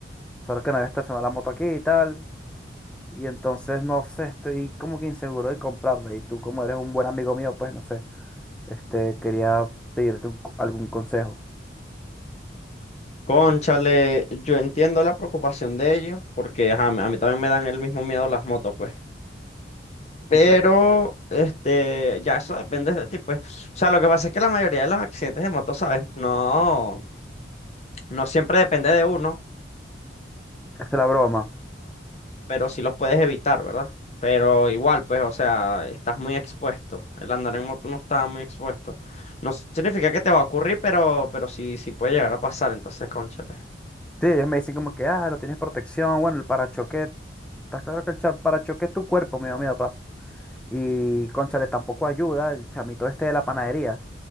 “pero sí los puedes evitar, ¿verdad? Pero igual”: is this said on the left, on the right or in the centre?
Left